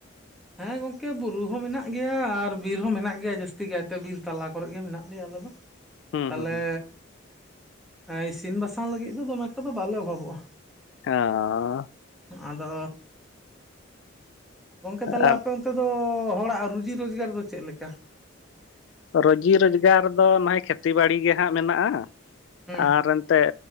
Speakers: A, in the centre; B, on the left.
A: ᱦᱮᱸ ᱜᱚᱝᱠᱮ ᱵᱩᱨᱩ ᱦᱚᱸ ᱢᱮᱱᱟᱜ ᱜᱮᱭᱟ ᱟᱨ ᱵᱤᱨ ᱦᱚᱸ ᱢᱮᱱᱟᱜ ᱜᱮᱭᱟ ᱡᱟᱹᱥᱛᱤ ᱠᱟᱭᱛᱮ ᱵᱤᱨ ᱛᱟᱞᱟ ᱠᱚᱨᱮ ᱜᱮ ᱢᱮᱱᱟᱜ ᱞᱮᱭᱟ ᱟᱞᱮ ᱫᱚ᱾
B: ᱦᱩᱸ
A: ᱛᱟᱦᱚᱞᱮ
B: ᱦᱩᱸ ᱦᱩᱸ
A: ᱤᱥᱤᱱ ᱵᱟᱥᱟᱝ ᱞᱟᱹᱜᱤᱫ ᱫᱚ ᱫᱚᱢᱮ ᱮᱠᱴᱟ ᱫᱚ ᱵᱟᱞᱮ ᱚᱵᱷᱟᱵᱚᱜᱼᱟ᱾
B: ᱦᱚᱸ
A: ᱟᱫᱚ ᱜᱚᱝᱠᱮ ᱛᱟᱦᱚᱞᱮ
B: ᱟᱨ
A: ᱟᱯᱮ ᱚᱱᱛᱮ ᱫᱚ ᱦᱚᱲᱟᱜ ᱨᱩᱡᱤ ᱨᱳᱡᱽᱜᱟᱨ ᱫᱚ ᱪᱮᱫ ᱞᱮᱠᱟ?
B: ᱨᱩᱡᱤ ᱨᱚᱡᱽᱜᱟᱨ ᱫᱚ ᱱᱚᱜᱼᱚᱭ, ᱠᱷᱮᱛᱤ ᱵᱟᱹᱲᱤ ᱜᱮ ᱦᱟᱸᱜ ᱢᱮᱱᱟᱜᱼᱟ,
A: ᱦᱩᱸ
B: ᱟᱨ ᱮᱱᱛᱮᱜ